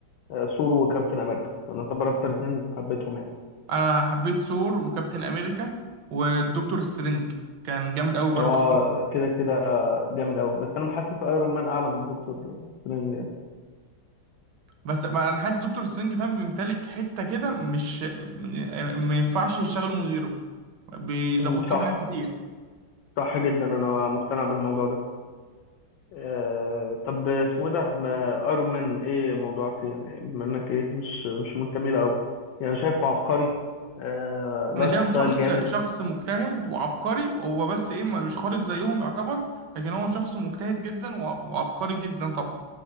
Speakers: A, on the left; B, on the right.
A: آه، ثور وكابتن امريكا انا اعتبر اكتر اتنين حبيتهم يعني
B: انا حبيت ثور وكابتن امريكا والدكتور سترينج كان جامد قوي برضه
A: اه كده كده جامد قوي بس انا بحسس ايرون مان اعلى من دكتور سترينج يعني.
B: بس ما انا حاسس دكتور سترينج فاهم بيمتلك حته كده مش ما ينفعش يشتغلوا من غيره بيظبط
A: مم، صح
B: لهم حاجات كتير
A: صح جدا انا مقتنع بالموضوع ده آه، طب اسمه ايه ده ما ايرون مان ايه موضوعك فيه يعني بما انك ايه مش مش منتمي له قوي يعني شايفه عبقري آه
B: انا
A: لايف
B: شايفه
A: ستايل
B: شخص
A: جامد
B: شخص مجتهد وعبقري هو بس ايه ما- مش خارج زيهم يعتبر لكن هو شخص مجتهد جدا وع- وعبقري جدا طبعا